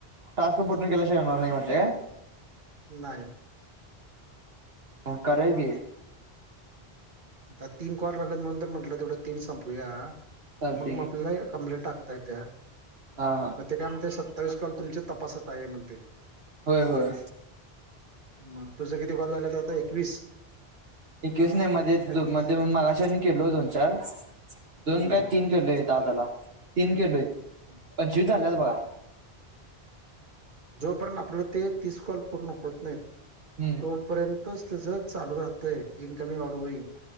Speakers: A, on the right; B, on the right.
A: टास्क पूर्ण केल्याशिवाय येणार नाय म्हटले
B: नाही
A: मग करूया की
B: आता तीन कॉल राहीलेत म्हणून तर म्हटलं तेवढ तीन संपवूया
A: चालते
B: मग म्हटलय
A: की
B: कंप्लेंट टाकत्या
A: हा हा
B: म तिथ आमचे सत्तावीस कॉल तुमचे तपासात आहे म्हणतंय
A: होय होय
B: मग तुझं किती कॉल झाल्यात आता एकवीस
A: एकवीस नाही मध्ये
B: एकतीस
A: दो मध्ये मगाशी आणि केलो दोन चार दोन
B: हम्म
A: काय तीन केलोय दादाला तीन केलोय
B: <unintelligible>
A: पंचवीस झाल्यात बघा
B: जोपर्यंत आपलं ते तीस कॉल पूर्ण होत नाहीत
A: हू
B: तोपर्यंतच तसं चालू राहतय इनकमिंग आउटगोइंग